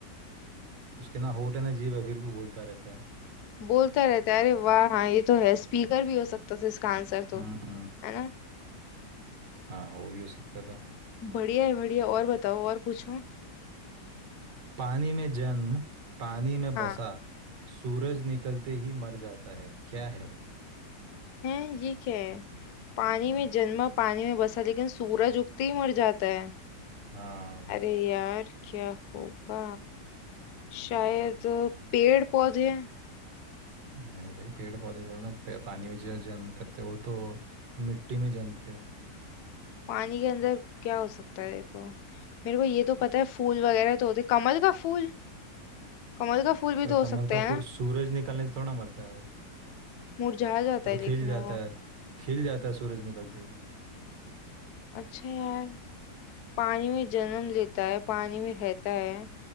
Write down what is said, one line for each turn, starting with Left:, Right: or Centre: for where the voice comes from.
Right: उसके ना होंठ है ना जीभ है फिर भी बोलता रहता है
Left: बोलता रहता है अरे वाह हाँ ये तो है स्पीकर भी हो सकता था इसका आंसर तो
Right: हम्म
Left: है ना
Right: हाँ वो भी हो सकता था
Left: बढ़िया है बढ़िया और बताओ और पूछो
Right: पानी में जन्म पानी में
Left: हाँ
Right: बसा सूरज निकलते ही मर जाता है क्या है वो
Left: है ये क्या है पानी
Right: हम्म।
Left: में जन्मा पानी में बसा लेकिन सूरज उगते ही मर जाता है
Right: हाँ
Left: अरे यार क्या होगा शायद अ, पेड़ पौधे
Right: नहीं भाई पेड़ पौधे थोड़ा ना पे- पानी में जो जन्म करते हैं, वो तो मिट्टी में जन्मते हैं
Left: पानी के अंदर क्या हो सकता है देखो मेरे को ये तो पता है फूल वगैरह तो होते कमल का फूल कमल का फूल भी
Right: पर
Left: तो हो
Right: कमल
Left: सकता
Right: का
Left: है
Right: फूल
Left: ना
Right: सूरज निकलने से थोड़ा मरता है वो
Left: मुरझा जाता
Right: वो
Left: है
Right: तो
Left: लेकिन
Right: खिल जाता
Left: वो
Right: है खिल जाता है सूरज निकलते ही
Left: अच्छा यार पानी में जन्म लेता है पानी में रहता है